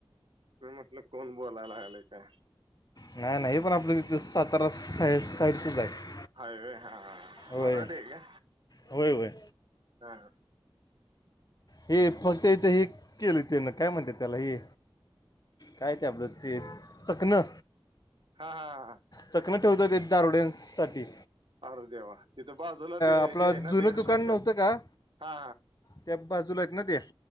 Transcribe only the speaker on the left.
नाही नाही पण आपलं सातारा सा साईडचच आहे
होय
होय होय
हे फक्त इथ हे केलं त्यान काय म्हणते त्याला हे. काय ते आपलं ते चकणं
चखणं ठेवतात दारुड्यांसाठी
आपलं
जुनं
दुकान
नव्हतं
का
त्या बाजूला आहेत ना त्या